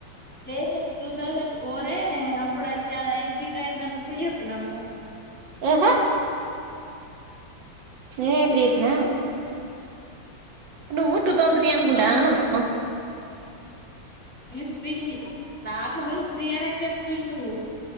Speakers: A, in the centre; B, on the right.
A: లేదు లేదు టూ థౌసండ్ ఫోరే అప్పుడు <unintelligible> చెప్పినావు కదా
B: ఏహే నేనెప్పుడు చెప్పిన నువ్వు టూ థౌసండ్ త్రీ అనుకుంటానా
A: ఆ,
B: నువ్వు
A: నేను త్రీ నాకు ముందు త్రీ అనే చెప్పిండు